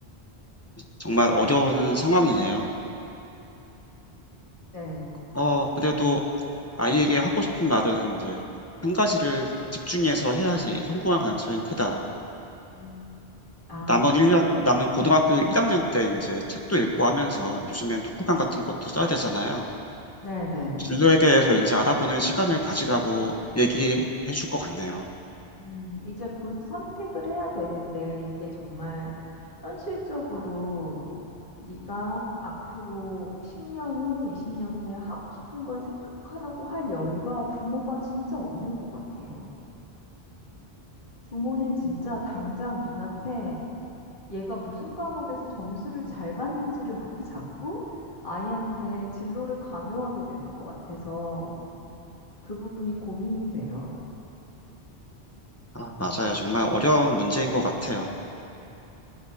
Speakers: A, on the left; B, on the left.
A: 정말 어려운 상황이네요.
B: 네.
A: 어, 그래도 아이에게 하고 싶은 말은 이제 한 가지를 집중해서 해야지 성공할 가능성이 크다.
B: 음. 아,
A: 남은 일
B: 아,
A: 년
B: 네네.
A: 남은 고등학교 1학년 때 이제 책도 읽고 하면서 요즘엔 독후감 같은 것도 써야 되잖아요.
B: 네네.
A: 진로에 대해서 이제 알아보는 시간을 가지라고 얘기해 줄 것 같네요.
B: 음, 이제 곧 선택을 해야 되는데 이게 정말 현실적으로 네가 앞으로 10년 후, 20년 후에 하고 싶은 걸 생각하라고 할 여유가 부모가 진짜 없는 것 같아요. 부모는 진짜 당장 눈앞에 얘가 무슨 과목에서 점수를 잘 받는지를 보고 자꾸 아이한테 진로를 강요하게 되는 것 같아서 그 부분이 고민이 돼요.
A: 아, 맞아요. 정말 어려운 문제인 것 같아요.